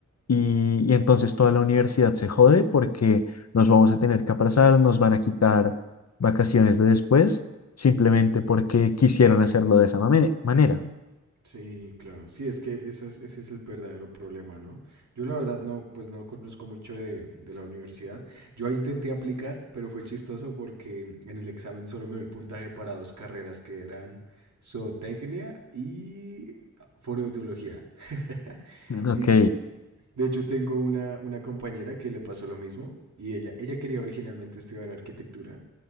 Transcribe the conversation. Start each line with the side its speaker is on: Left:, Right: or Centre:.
Left: y, y entonces toda la universidad se jode porque nos vamos a tener que aplazar, nos van a quitar vacaciones de después, simplemente porque quisieron hacerlo de esa mame- manera.
Right: Sí, claro. Sí, es que ese es, ese es el verdadero problema, ¿no? Yo la verdad no, pues no conozco mucho de, de la universidad. Yo ahí intenté aplicar, pero fue chistoso porque en el examen solo me dio el puntaje para dos carreras que eran zootecnia y fonoaudiología. <laughs>
Left: Mm. Ok,
Right: Y de hecho tengo una, una compañera que le pasó lo mismo y ella, ella quería originalmente estudiar arquitectura,